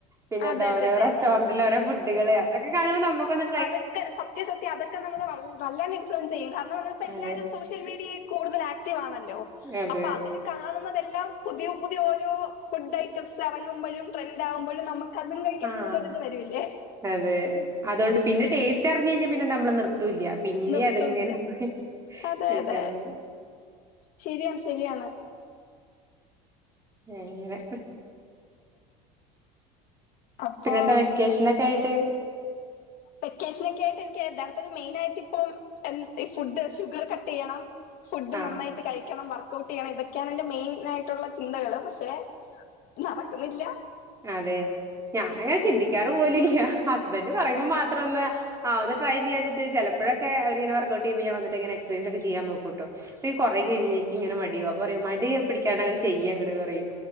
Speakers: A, on the right; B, on the left.
A: പിന്നെന്ത
B: അതെ
A: ഓരോരൊ
B: അതെ അതെ
A: റെസ്റ്റോറന്റ്ല് ഓരോ ഫുഡ്കള് അതൊക്കെ കാണുമ്പോൾ നമക്ന്ന
B: അതൊക്കെ സത്യസത്യ അതൊകെ നമ്മളെ നല്ല ഇൻഫ്ലൂവൻസ് ചെയ്യും കര്ണം നമ്മൾ ഇപ്പൊ എല്ലാരും
A: അതെ
B: സോഷ്യ റ്റൽ മീടിയേ കൂടുൽ ആക്ടിവ് ആണല്ലോ
A: അതെ
B: അപൊ അവര് കാണുന്നതെല്ലാം പുതിയ പുതിയ ഓരോ ഫുഡ് ഐറ്റംസ് എറങ്ങുമ്പോഴും ട്രെൻഡ് ആകുമ്പോഴും നമുക്ക്- അതും കഴിക്കണം
A: ആഹ്
B: എന്നുള്ള ഒര് ഇത് വരുംയില്ലേ
A: അതെ അതുകൊണ്ട് പിന്നെ ടേസ്റ്റ് അറിഞ്ഞു കഴിഞ്ഞാൽ പിന്നെ നമ്മള് നിർ തുല്യയാ പിന്നെ
B: നിർത്തൂല്ല
A: അത്ങ്ങനെ പോയി
B: അതെ
A: കഴിക്കാൻ
B: അതെ
A: തോനും
B: ശരിയാണ് ശരിയാണ്
A: എങ്ങനെ
B: അപ്പൊ
A: പിന്നെ എന്താ വെക്കേഷനെക്കെ ആയിട്ട്?
B: വെക്കേഷനൊക്കെ ആയിട്ട് എനിക്ക് യഥാർത്ഥത്തി മെയിൻ ആയിട്ട് ഇപ്പം ഈ ഫുഡ് ഷുഗർ കട്ട് ചെയ്യണം. ഫുഡ്
A: ആഹ്
B: നന്നായിട്ട് കഴിക്കണം വർക്ക്‌ ഔട്ട് ചെയ്യണം ഇതൊക്കെയാണ് എന്റെ മെയിൻ ആയിട്ടുള്ള ചിന്തകള് പക്ഷെ- നടക്കുന്നില്ല
A: അതെ ഞാനങ്ങനെ ചിന്തിക്കാറ് പോലുയില്ല ഹസ്ബൻഡ് പറയുമ്പോ മാത്രം ഒന്ന്- ആഹ് ഒന്ന് ട്രൈ ചെയ്യാനായിട്ട് ചെലപ്പോഴൊക്കെ അവരിങ്ങനെ വർക് ഔട്ട്യ്യുമ്പോ ഞാൻ വന്നിട്ട് ഇങ്ങനെ എക്സൈസ് ഒക്കെ ചെയ്യാൻ നോക്കുട്ടോ അപ്പൊ ഈ കൊറേ കഴിഞ് കഴിഞ്ഞാൽ എനിക്ക് ഇങ്ങനെ മടിയവാ അപ്പോ പറയും മടി പിടിക്കാണ്ട് അങ്ങ്ട് ചെയ് അങ്ങട് പറയും